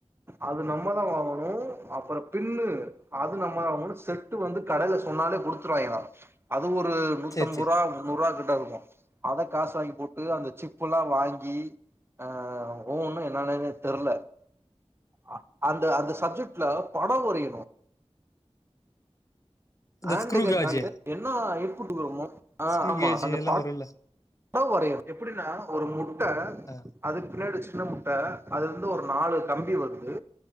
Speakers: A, on the right; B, on the left.
A: அது நம்ம தா வாங்கணு அப்பரோ பின்னு அது நம்ம தா வாங்கணு செட்டு வந்து கடையில சொன்னாலே குடுத் ருவாங்ஙளா அது ஒரு நூத்தம்பம்ப
B: சேரி சேரி
A: ரூவா முன்னூரூவா கிட்டருக்கூ அத காஸாக்கி போட்டு அந்த சிப்புல்லா வாங்கி ஆ ஒவ்வொன்னு என்னா என்னனே தெர்ல அ அந்த அந்த சப்ஜெக்ட்ல படோ வரயணு
B: இந்த
A: ஆன்டு
B: ஸ்க்ரூ
A: கேக்காலே
B: காஜு
A: என்னா இன்புட்டு வருமோ அ
B: ஸ்க்ரூ
A: ஆமா
B: கேஜு
A: அந்த
B: எல்லா
A: பட
B: வருல்ல
A: டோ வரையனு எப்டின்னா ஒரு முட்ட
B: அ
A: அதுக்கு பின்னாடி ஒரு சின்ன முட்ட அதுல இருந்து ஒரு நாலு கம்பி வருது